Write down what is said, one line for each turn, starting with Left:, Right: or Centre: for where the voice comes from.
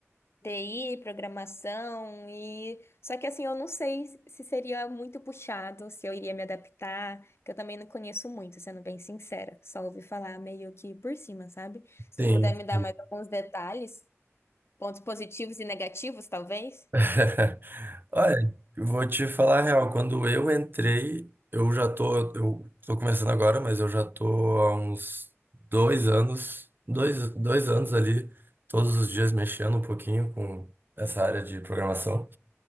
Left: TI, programação, e só que assim, eu não sei se seria muito puxado, se eu iria me adaptar, que eu também não conheço muito, sendo bem sincera, só ouvi falar meio que por cima, sabe? Se
Right: Sim.
Left: tu puder me dar mais alguns detalhes, pontos positivos e negativos, talvez.
Right: <laughs> Olha, vou te falar a real. Quando eu entrei, eu já tô. Eu tô começando agora, mas eu já tô há uns dois anos, dois, dois anos ali, todos os dias mexendo um pouquinho com essa área de programação.